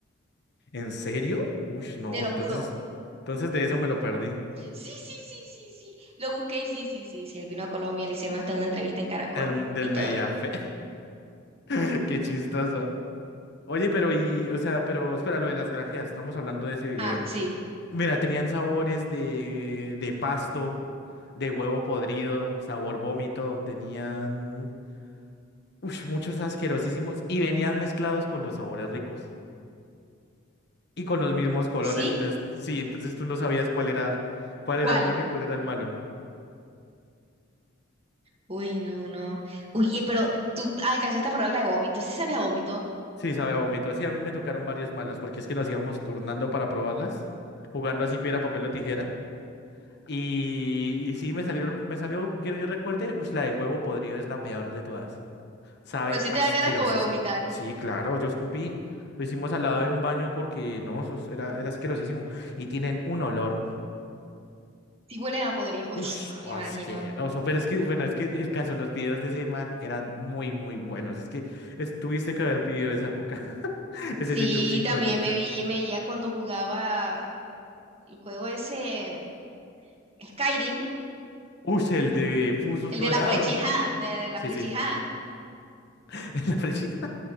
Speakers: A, on the left; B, on the right.
A: <laughs> ¿en serio? Uy, no,
B: te lo
A: entonces,
B: juro.
A: entonces de eso me lo perdí,
B: Sí, sí, sí, sí, sí. Lo busqué y sí, sí, sí, sí. Él vino a Colombia, le hicieron hasta una entrevista en Caracol
A: el, del
B: y todo.
A: Mediafe, <laughs> qué chistoso. Oye, pero y, o sea, pero espera, lo de las grajeas, estamos hablando de ese video.
B: Ah, sí.
A: Mira, tenían sabores de, de pasto, de huevo podrido, sabor vómito, tenían... ush, muchos asquerosísimos y venían mezclados con los sabores ricos y con los mismos colores.
B: ¿Sí?
A: Entonces, sí, entonces tú no sabías cuál era, cuál
B: ¿Cuál?
A: era el bueno y cuál era el malo.
B: Uy, no, no. Uy, eh, pero tú alcanzaste a probar la de vómito. Sí sabía vómito.
A: Sí, sabía a vómito. Sí, a mí me tocaron varias malas porque es que nos íbamos turnando para probarlas, jugando así piedra, papel o tijera. Y, y sí, me salieron, me salió, quiero yo recuerde, ush, la de huevo podrido es la peor de todas. Sabe
B: Pero sí
A: asquerosísimo.
B: te da cara como de vomitar.
A: Sí, claro, yo escupí. Lo hicimos al lado de un baño porque no, eso era, era asquerosísimo. Y tienen un olor.
B: Sí hueles a podrido. Uy,
A: Ush,
B: no, me
A: oh,
B: imagino.
A: asqueroso. Pero es que, bueno, es que el caso, los videos de ese man eran muy, muy buenos. Es que es- tuviste que haber vivido esa época. <laughs> Ese
B: Sí,
A: YouTube sin
B: también
A: control.
B: me vi, me veía cuando jugaba el juego ese Skyrim.
A: Ush, el de Fusos
B: El
A: Rodaron.
B: de la flechija, de, de la
A: Sí,
B: flechija.
A: sí. <laughs> La presi-